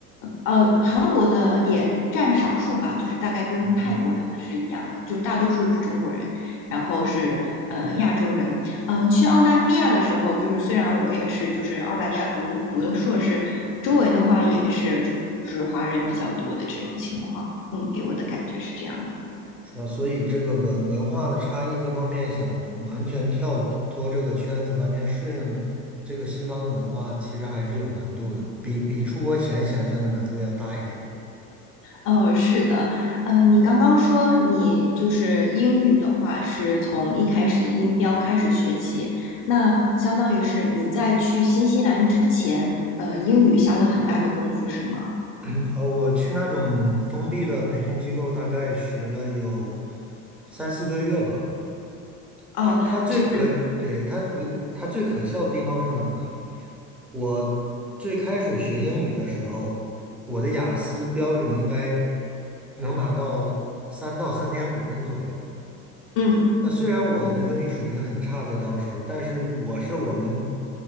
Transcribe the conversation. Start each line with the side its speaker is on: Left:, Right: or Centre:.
Left: 呃，韩国的也占少数吧，就是大概跟泰国他们是一样的，
Centre: 哦，
Left: 就是大多数是中国人，然后是呃亚洲人。嗯、去澳大利亚的时候，就是虽然我也是就是澳大利亚读读的硕士，周围的话也是就就是华人比较多的这种情况，嗯，给我的感觉是这样的。
Centre: 是吧？所以这个文文化的差异各方面，想完全跳脱这个圈子，完全适应这个西方的文化，其实还是有难度的，比比出国前想象的难度要大一点。
Left: 呃，是的，呃，你刚刚说你就是英语的话，是从一开始的音标开始学起，那相当于是你在去新西兰之前，呃，英语下了很大的功夫，是吗？
Centre: 嗯，呃，我去那种封闭的培训机构，大概学了有三四个月吧。
Left: 哦，
Centre: 他他最可，
Left: 就是，
Centre: 对，他我他最可笑的地方是哪呢？我最开始学英语的时候，我的雅思标准应该能拿到三到三点五分左右。
Left: 嗯
Centre: 那虽然我的英语水平很差，在当时，但是我是我们